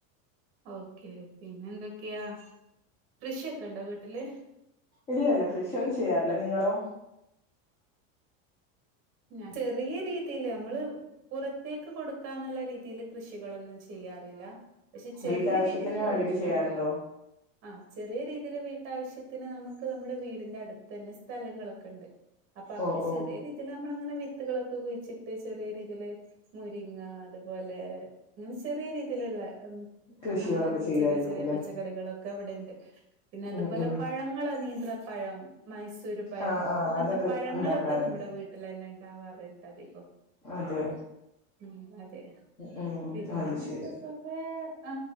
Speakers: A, on the right; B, on the left.
A: ഓക്കെ പിന്നെന്തൊക്കെയാ കൃഷിയൊക്കെ ഇണ്ടോ വീട്ടില്
B: ഇല്ലില്ല കൃഷിയൊന്നും ചെയ്യാർല്ല നിങ്ങളോ
A: ഞാൻ ചെറിയ രീതിയില് മ്മള് പുറത്തേക്ക് കൊടുക്കാന്ന്ള്ള രീതിൽ കൃഷികളൊന്നും ചെയ്യാറില്ല പക്ഷെ ചെറിയ
B: വീട്ടാവശ്യത്തിന്
A: രീതിൽ കൃ
B: വേണ്ടിട്ട് ചെയ്യാറുണ്ടോ
A: ആ ആ ചെറിയ രീതിൽ വീട്ടാവശ്യത്തിന് നമുക്ക് നമ്മുടെ വീടിന്റെ അടുത്ത തന്നെ സ്ഥലങ്ങളൊക്കെ ഉണ്ട് അപ്പൊ അവ്ടെ
B: ഓ ഓ
A: ചെറിയ രീതിൽ മ്മളങ്ങനെ വിത്തുകളൊക്കെ കുഴിച്ചിട്ട് ചെറിയ രീതിയില് മുരിങ്ങ അത് പോലെ ഇങ്ങനെ ചെറിയ രീതിൽള്ള
B: കൃഷികളൊക്കെ
A: അങ്ങനെ
B: ചെയ്യായിരിക്കുംല്ലേ
A: ചെറിയ ചെറിയ പച്ചക്കറികളൊക്ക ക്കെവ്ടെണ്ട് പിന്നെ അതുപോലെ
B: ഉം ഉം
A: പഴങ്ങൾ നീന്ത്ര പഴം മൈ സ് സൂര് പഴം
B: ആഹ് ആഹ്
A: അങ്ങൻത്തെ
B: അതൊക്കെ
A: പഴങ്ങൾക്കെ
B: ഉണ്ടാക്കാറുണ്ട്
A: നമ്മടെ വീട്ടിൽന്നെ ഇണ്ടാവാർണ്ട് ധികം
B: അതെ
A: ഉം അതെ
B: ഉം
A: പിന്നെ
B: ശരി
A: അത് പോകത്തെ ഹേ ആ